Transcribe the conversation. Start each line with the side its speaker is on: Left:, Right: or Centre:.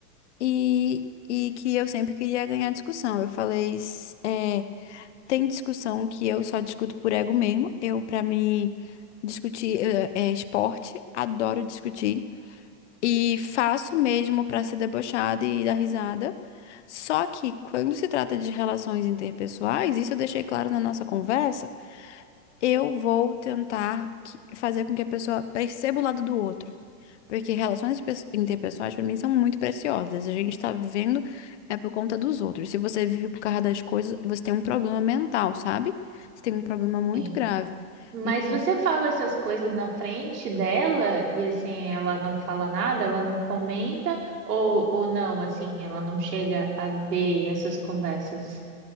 Left: e, e que eu sempre queria ganhar discussão. Eu falei, s- é, Tem discussão que eu só discuto por ego mesmo. Eu, pra mim, discutir eh, é, esporte, adoro discutir. E faço mesmo pra ser debochada e dar risada. Só que quando se trata de relações interpessoais, isso eu deixei claro na nossa conversa, eu vou tentar que- fazer com que a pessoa perceba o lado do outro. Porque relações pes- interpessoais, para mim, são muito preciosas. A gente tá vivendo é por conta dos outros. Se você vive por causa das coisas, você tem um problema mental, sabe? Você tem um problema muito
Right: <laughs>
Left: grave.
Right: Mas
Left: Então,
Right: você fala essas coisas na frente dela e assim ela não fala nada, ela não comenta ou, ou não, assim, ela não chega a ver essas conversas.